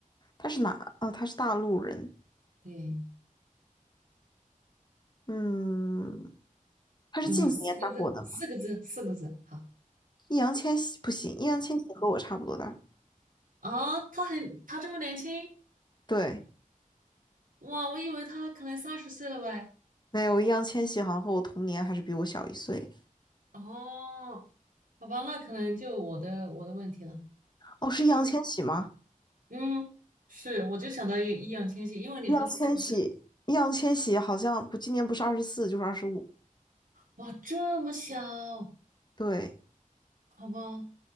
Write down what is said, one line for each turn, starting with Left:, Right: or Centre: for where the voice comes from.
Left: 他是哪？啊？他是大陆人。
Right: 对，
Left: 嗯，他是近几年才火的吗？
Right: 嗯，四个字，四个字，四个字，好
Left: 易烊千玺不行，易烊千玺和我差不多大。
Right: 啊，他很他这么年轻
Left: 对，
Right: 哇，我以为他可能三十岁了喂。
Left: 没有，易烊千玺好像和我同年，还是比我小一岁。
Right: 哦好吧，那可能就我的我的问题了。
Left: 哦，是易烊千玺吗？
Right: 嗯，嗯，是，我就想到一个易烊千玺，因为你说四个字，
Left: 易烊千玺，易烊千玺好像不，今年不是二十四就是二十五。
Right: 哇，这么小，
Left: 对，
Right: 好吧，